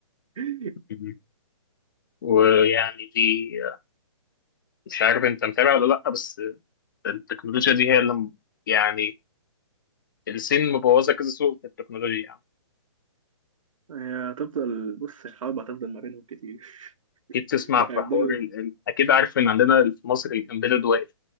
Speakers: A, on the right; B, on the left.
A: <laughs>
B: مهم. ويعني دي مش عارف انت متابع ولا لا بس التكنولوجيا دي هي اللي م- يعني الصين مبوظة كذا سوق في التكنولوجيا يعني
A: هي هتفضل بص الحرب هتفضل ما بينهم كتير
B: اكيد تسمع
A: <laughs>
B: في
A: هيفضلوا
B: حوار ال... ال- اكيد عارف ان عندنا في مصر الامبيدد واقف